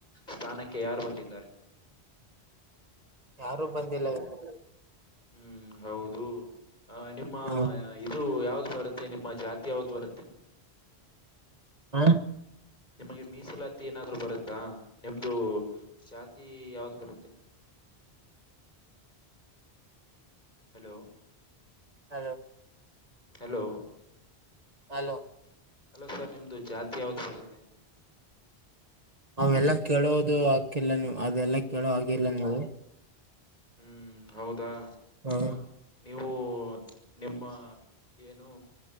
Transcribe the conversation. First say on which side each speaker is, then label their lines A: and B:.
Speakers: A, on the left; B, on the right.
A: ಸ್ಥಾನಕ್ಕೆ ಯಾರು ಬಂದಿದ್ದಾರೆ
B: ಯಾರು ಬಂದಿಲ್ಲ ಇನ್ನ.
A: ಹ್ಮ್ ಹೌದು. ಅ ನಿಮ್ಮ
B: ಹ್ಮ್.
A: ಇದು ಯಾವ್ದ್ ಬರುತ್ತೆ ನಿಮ್ಮ ಜಾತಿ ಯಾವ್ದ್ ಬರುತ್ತೆ.
B: ಹಾಂ
A: ನಿಮಗೆ ಮೀಸಲಾತಿ ಏನಾದ್ರು ಬರುತ್ತಾ ನಿಮ್ದು ಜಾತಿ ಯಾವ್ದ ಬರುತ್ತೆ. Hello.
B: Hello.
A: Hello.
B: Hello.
A: Hello sir ನಿಮ್ದು ಜಾತಿ ಯಾವ್ದು ಬರುತ್ತೆ ಅಂದೆ.
B: ಅವೆಲ್ಲಾ ಕೇಳೋದು ಹಕ್ಕಿಲ್ಲ ನೀವು ಅದೆಲ್ಲ ಕೇಳೋ ಹಾಗಿಲ್ಲ ನೀವು.
A: ಹ್ಮ್ ಹೌದಾ
B: ಹ್ಮ್
A: ನಿಮ್ಮ ನೀವು. ನಿಮ್ಮ ಏನು